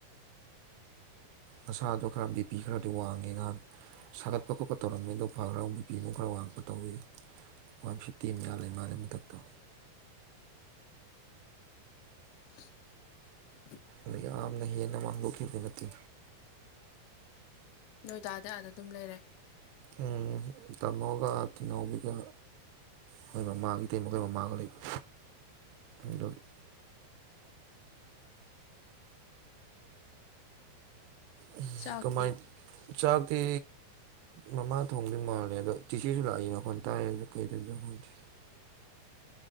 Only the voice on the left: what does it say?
<inaudible>
ꯅꯣꯏ ꯗꯥꯗꯤ ꯑꯥꯗ ꯑꯗꯨꯝ ꯂꯩꯔꯦ
ꯆꯥꯛꯇꯤ